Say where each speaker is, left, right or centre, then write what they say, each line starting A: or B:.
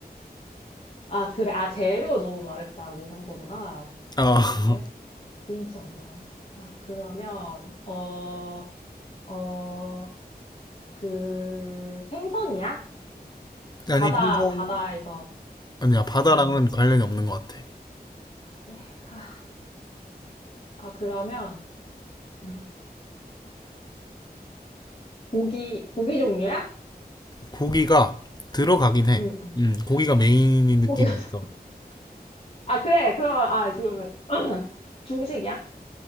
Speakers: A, on the left (about 40°); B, on the left (about 25°).
A: 아, 그래. 아, 재료 너무 말했다고 한 거구나.
B: 아 <laughs>
A: 아, 그래? 김치 안 들어가. 아, 그러면, 어, 어, 그 생선이야?
B: 아니
A: 바다,
B: 생선
A: 바다에서
B: 아니야 바다랑은
A: 나는 거야.
B: 관련이 없는 것 같아.
A: 그래. 아, 아, 그러면 음, 고기, 고기 종류야?
B: 고기가 들어가긴 해.
A: 응, 응.
B: 음, 고기가 메인인 느낌이
A: 고기가 들어.
B: 있어.
A: <laughs> 아, 그래. 그러면, 아, 그러면, <clears throat> 중식이야?